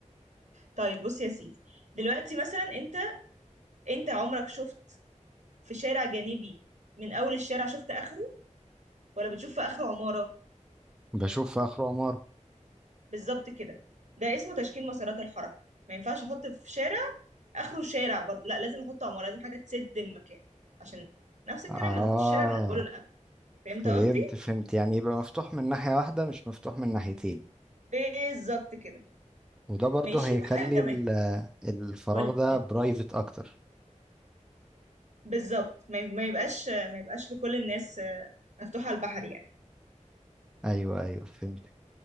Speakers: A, on the right (about 65°); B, in the centre.
A: طيب بص يا سيدي دلوقتي مثلا انت انت عمرك شفت في شارع جانبي من اول الشارع شفت اخره ولا بتشوف في اخره عمارة
B: بشوف في اخر عمارة
A: بالظبط كده ده اسمه تشكيل مسارات الحركة ما ينفعش احط في شارع اخره شارع برضو لا لازم احط عمارة لازم حاجة تسد المكان عشان نفس الكلام
B: اه
A: ما ناخدش الشارع من اوله لاخره فهمت
B: فهمت
A: قصدي
B: فهمت يعني يبقى مفتوح من ناحية واحدة مش مفتوح من ناحيتين
A: بالظبط كده
B: وده برضه
A: ماشي
B: هيخلي
A: وحاجة كمان
B: ال- الفراغ
A: قولي
B: ده برايفت اكتر
A: بالظبط ما ما يبقاش ما يبقاش لكل الناس آه، مفتوح على البحر يعني
B: ايوه ايوه فهمت